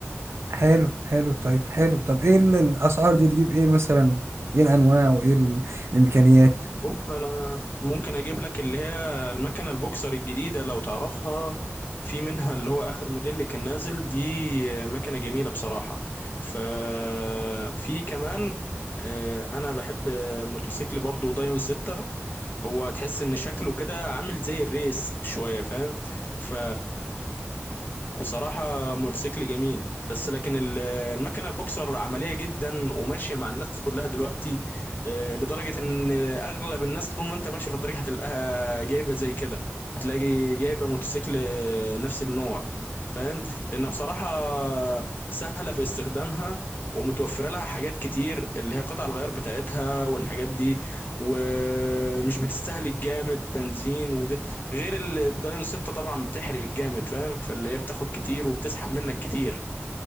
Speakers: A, on the right; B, on the left.
A: حلو حلو طيب حلو طب ايه ال- الاسعار دي تجيب ايه مثلا ايه الانواع وايه ال- الامكانيات
B: بص انا ممكن اجيب لك اللي هي المكنه البوكسر الجديده لو تعرفها في منها اللي هو اخر موديل اللي كان نازل دي آه، مكنه جميله بصراحه ففي كمان آه، انا بحب موتوسيكل برضو دايون 6 هو تحس ان شكله كده عامل زي الريس شويه فاهم ف بصراحة موتوسيكل جميل بس لكن ال- المكنة البوكسر عملية جدا وماشية مع الناس كلها دلوقتي آه، لدرجة ان اغلب الناس طول ما انت ماشي في الطريق هتلاقيها جايبة زي كده هتلاقي جايبة موتوسيكل آه، نفس النوع فاهم لانها بصراحة سهلة في استخدامها ومتوفرة لها حاجات كتير اللي هي قطع الغيار بتاعتها والحاجات دي ومش بتستهلك جامد بنزين غير ال- الدايون 6 طبعا بتحرق جامد فاهم فاللي هي بتاخد كتير وبتسحب منك كتير